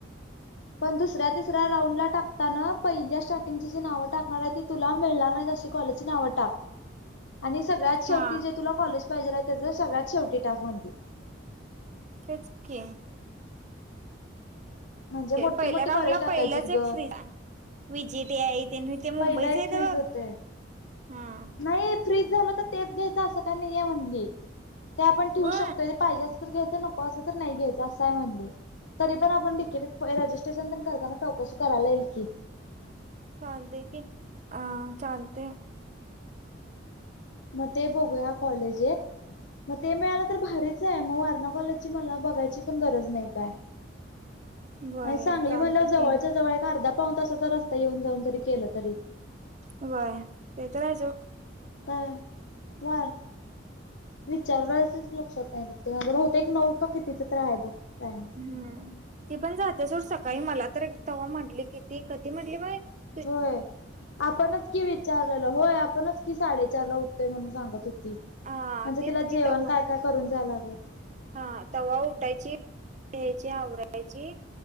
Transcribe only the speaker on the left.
पण दुसऱ्या तिसऱ्या राऊंड ला टाकताना पहिल्या <inaudible> स्टार्टिंगची जी नाव टाकणार हाय ती तुला मिळणार नाही अशी कॉलेजची नावं टाक. आणि सगळ्यात शेवटी
जे तुला कॉलेज पाहिजेलाय त्याच सगळ्यात शेवटी टाक म्हणली.
म्हणजे मोठी
मोठी
कॉलेज टाकायचीत
ग
पहिलं एक
फ्रीज
होतय
नाही ये फ्रीज झालं तर तेच घ्यायचं असं काय नाहीये म्हणली ते आपण ठेवू
शकतोय आणि पाहिजे. असलं तर घ्यायच नको असल तर नाही घ्यायंच असं हाय म्हणली तरी पण आपण तिकीटीत पुढे रजिस्ट्रेशन तेन करताना चौकशी करायला येईल की
म ते बघूया कॉलेज एक म ते मिळालं तर भारीच हाय म वारणा कॉलेजची मला बघायची पण गरज नाही काय?
आणि सांगली
म्हणाल्यावर जवळच्या
जवळ एक अर्धा पाऊन तासाचा रस्ता येऊन जाऊन जरी केलं तरी
व्हय. व्हय विचाराय तरी लक्षात नाही बघ ते बहुतेक नऊ का कितीच तर हाय बघ टाइम
होय आपणच की विचारलेलं होय आपणच की साडेचार ला उठतोय म्हणून सांगत होतो. होती
म्हणजे
तिला
जेवण
काय काय करून जायला लागलं की